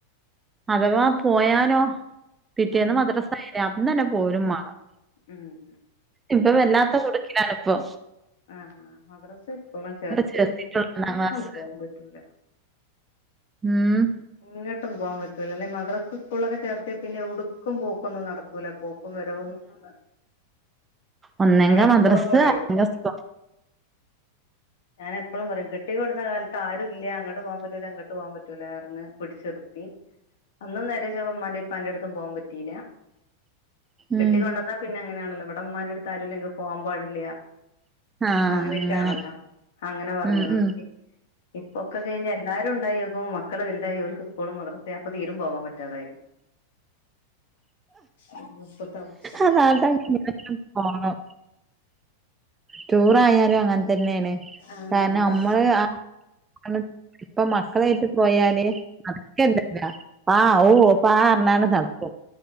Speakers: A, on the right (about 15°); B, on the left (about 55°).
A: അതവാ പോയാനോ പിറ്റേന്ന്
B: ഉം
A: മദ്രസ ആയില്ലേ അന്നന്നെ പോരും മാണം
B: ഉം
A: ഇപ്പ വല്ലാത്ത കുട്ക്കിലാണ്പ്പൊ
B: ആഹ് മദ്രസി സ്കൂളിലും ചേർത്യ
A: ചേർത്തിട്ടുള്ളൂ
B: പിന്നെ
A: ഒന്നാം
B: എങ്ങും
A: ക്ലാസ്
B: പോവാപറ്റൂല
A: ഉം
B: എങ്ങട്ടും പോവാൻ പറ്റൂലല്ലോ മദ്രസി സ്കൂൾലൊക്കെ ചേർത്ത്യ പിന്നെ എവ്ടുക്കും പോക്കൊന്നും നട ക്കൂല പോക്കും വരവൊന്നും നട
A: ഒന്നങ്കി
B: എപ്പളും
A: മദ്രസ്സ്
B: പറയും.
A: അല്ലെങ്കി സ്കൂള്
B: ഞാനപ്പളും പറിം കെട്ടിക്കൊട്ന്ന കാൽത്ത് ആരുല്ല അങ്ങ്ട്ട് പോവാൻ പറ്റൂല്ല ഇങ്ങ്ട്ട് പോവാൻ പറ്റൂല റ്റുലാർന്ന് പിടിച്ചിർത്തി അന്നും നേരെ ചൊവ്വെ ഉമ്മാന്റെ ഇപ്പാന്റെട്ത്തും പോവാൻ പറ്റീല്ല കെട്ടിക്കൊണ്ടന്നാ
A: ഉം
B: പിന്നങ്ങനാണല്ലൊ ഇവടെ ഇമ്മന്റട്ത്ത് ആരുല്ലെങ്കി പോവാൻ പാടില്ല
A: ആഹ്
B: അങ്ങനെക്കാണല്ലൊ
A: അങ്ങനെ
B: അങ്ങനെ പറഞ്ഞ്
A: ഉം
B: നിർത്തി.
A: ഉം
B: ഇപ്പൊക്കെ കെഴിഞ്ഞ് എല്ലാരുണ്ടായോ ഇപ്പൊ മക്കള് വൽതായി ഓൽക്ക് സ്കൂളു മദ്രസി അപ്പൊ തീരും പോവാ പറ്റാതായി ഉം ഇപ്പത്തെ അവസ്ഥ
A: അതാടാങ്ങനെ പോണം ടൂറായാലും അങ്ങൻതന്നേണ്
B: ആഹ്
A: കാര്ണം അമ്മള് ആഹ് ഇപ്പ മക്കളേറ്റ് പോയാല് <unintelligible> ആഹ് ഓ പാ ആർഞ്ഞാണ്ട് നടക്കും